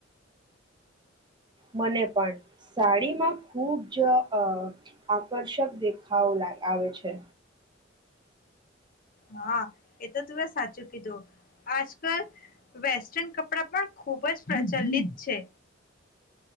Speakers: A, on the right; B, on the left.
A: મને, પણ સાડીમાં ખુબ જ આકર્ષક દેખાવો આવે છે.
B: હા, એ તો તું સાચું કીધું આજ કલ વેસ્ટર્ન કપડા પણ ખુબ જ પ્રચલિત છે.